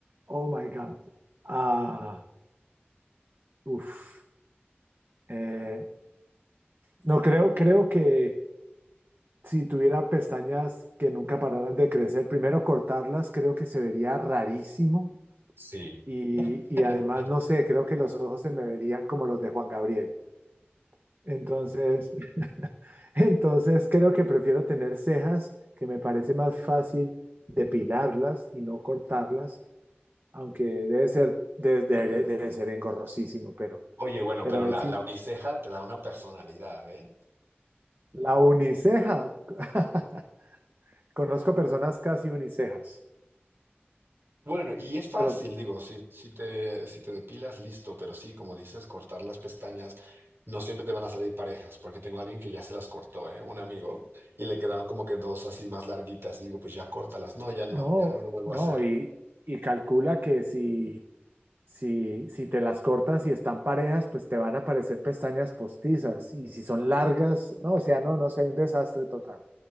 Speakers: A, on the right (about 55°); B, on the right (about 70°).
A: Oh my God. Ah, uf. Eh, no, creo, creo que si tuviera pestañas que nunca pararan de crecer, primero cortarlas creo que se vería rarísimo
B: Sí.
A: y, y
B: <laughs>
A: además, no sé, creo que los ojos se me verían como los de Juan Gabriel. Entonces, Entonces creo que prefiero tener cejas, que me parece más fácil depilarlas y no cortarlas, aunque debe ser, de- de- debe ser engorrosísimo, pero,
B: Oye, bueno,
A: pero
B: pero
A: es
B: la,
A: sí,
B: la uniceja te da una personalidad, ¿eh?
A: la uniceja. <laughs> Conozco personas casi unicejas,
B: Bueno, y es fácil,
A: pero
B: digo, si, si te, si te depilas, listo, pero sí, como dices, cortar las pestañas, no siempre te van a salir parejas, porque tengo a alguien que ya se las cortó, ¿eh? Un amigo, y le quedaron como que dos así más larguitas. Le digo, pues ya córtalas. No, ya no,
A: no,
B: ya no lo vuelvo
A: no,
B: a hacer.
A: y, y calcula que si, si, si te las cortas y están parejas, pues te van a aparecer pestañas postizas, y si son largas, no, o sea, no, no sé, un desastre total.